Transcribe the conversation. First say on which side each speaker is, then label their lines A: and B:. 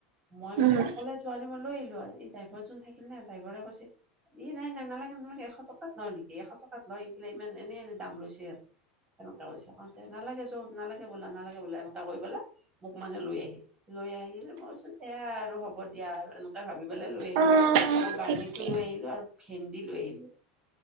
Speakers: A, on the right; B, on the right.
A: মই
B: উম।
A: মানে অকলে <unintelligible> মই লৈ আহিলো হয়। এই ড্ৰাইভৰ জন থাকিলনে ড্ৰাইভৰে কৈছে ই, নাই, নাই, নালাগে, নালাগে এশ টকাত লয় নেকি, এশ টকাত লয় ইগিলা ইমান এনে এনে দাম লৈছে ইয়াত। এনেকুৱা কৰিছে, কৈছে নালাগে যক, নালাগে বোলা নালাগে বোলে এনেকুৱা কৰিবলে। মোক মানে লৈ আহিল। লৈ আহিল মই কৈছো দে আৰু হ'ব দিয়া আৰু এনেক ভাবি পেলাই লৈ আহিলো।
B: অ
A: অকল
B: ঠিকে
A: বাঙিতো লৈ আহিলো, আৰু ভেন্দি লৈ আহিলো।